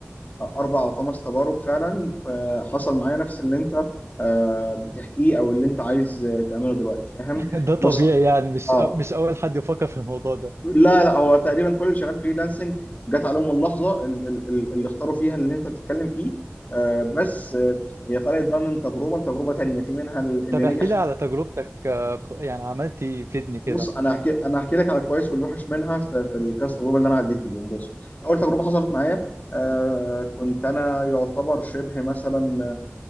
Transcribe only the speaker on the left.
آه، اربع او خمس تجارب فعلا آه، حصل معايا نفس اللي انت آه، بتحكيه او اللي انت عايز آه، تعمله دلوقتي فاهم
بص
اه
لا لا هو تقريبا كل اللي شغال فريلانسنج جت عليهم اللحظه ال- ال- ال- اللي اختاروا فيها اللي انت بتتكلم فيه آه، بس آه، هي فرقت بقى من تجربه لتجربه تانيه في منها اللي
نجح
بص انا هحكي انا هحكي لك على الكويس والوحش منها في في الكذا تجربه اللي انا عديت بيهم بص اول تجربه حصلت معايا آه، كنت انا يعتبر شبه مثلا